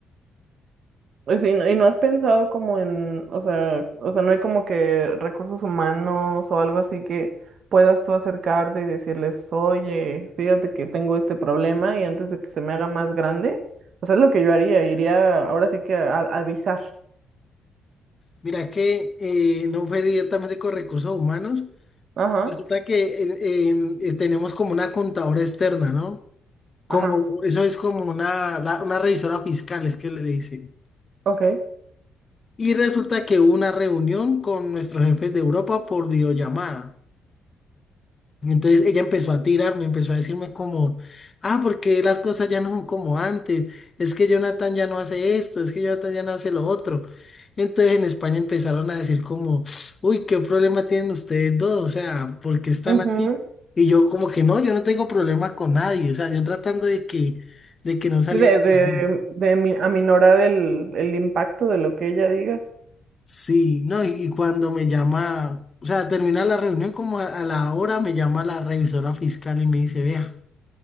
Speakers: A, on the right; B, on the left.
A: O sea, y no, y no has pensado como en, o sea, o sea, no hay como que recursos humanos o algo así que puedas tú acercarte y decirles, oye, fíjate que tengo este problema y antes de que se me haga más grande, o sea, es lo que yo haría, iría ahora sí que a a avisar.
B: Mira que eh, no fue directamente con recursos humanos.
A: Ajá,
B: Resulta que en- en- eh, tenemos como una contadora externa, ¿no? Como,
A: ajá,
B: eso es como una, la- una revisora fiscal, es que le dicen.
A: ok.
B: Y resulta que hubo una reunión con nuestros jefes de Europa por videollamada. Entonces ella empezó a tirarme, empezó a decirme como, ah, porque las cosas ya no son como antes, es que Jonathan ya no hace esto, es que Jonathan ya no hace lo otro. Entonces en España empezaron a decir como, uy, qué problema tienen ustedes dos, o sea, ¿por qué están
A: ujú.
B: así? Y yo como que no, yo no tengo problema con nadie, o sea, yo tratando de que, de que no saliera.
A: Sí, de, de,
B: conmigo.
A: de mi- aminorar el, el impacto de lo que ella diga.
B: Sí, no, y y cuando me llama, o sea, termina la reunión como a a la hora, me llama la revisora fiscal y me dice, vea.